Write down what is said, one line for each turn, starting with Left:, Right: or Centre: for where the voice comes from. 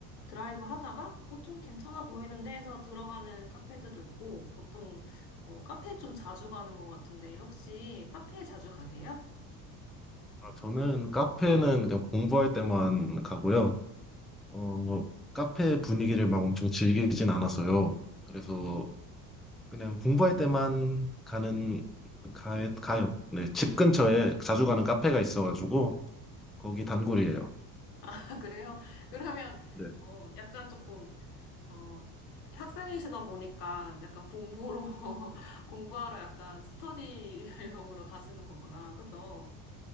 Left: 드라이브 하다가, 어, 좀 괜찮아 보이는데 해서 들어가는 카페들도 있고, 보통, 어, 카페 좀 자주 가는 것 같은데, 혹시 카페 자주 가세요?
Centre: 아, 저는 카페는 그냥 공부할 때만 가고요. 어, 뭐, 카페 분위기를 막 엄청 즐기진 않아서요. 그래서 그냥 공부할 때만 가는 가, 가요. 네, 집 근처에 자주 가는 카페가 있어가지고 거기 단골이에요.
Left: <laughs> 아, 그래요? 그러면,
Centre: 네,
Left: 어, 약간 조금, 어, 학생이시다 보니까 약간 공부로, <laughs> 공부하러 약간 스터디용으로 가시는 거구나. 그죠?